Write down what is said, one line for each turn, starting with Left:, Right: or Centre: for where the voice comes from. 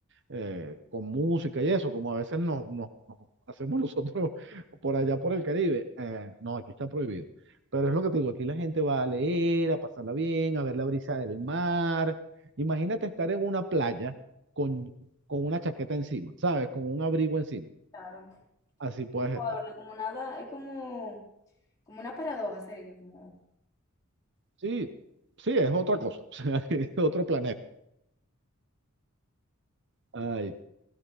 Right: eh, con música y eso, como a veces nos, nos- nos hacemos nosotros <laughs> por allá por el Caribe. Eh, no, aquí está prohibido. Pero es lo que te digo, aquí la gente va a leer, a pasarla bien, a ver la brisa del mar. Imagínate estar en una playa con, con una chaqueta encima, ¿sabes? Con un abrigo encima.
Left: Claro.
Right: Así puedes
Left: No, de
Right: estar.
Left: verdad, como nada, es como, como una paradoja sería, como
Right: Sí, sí, es otra cosa, <laughs> o sea, es otro planeta. Ay,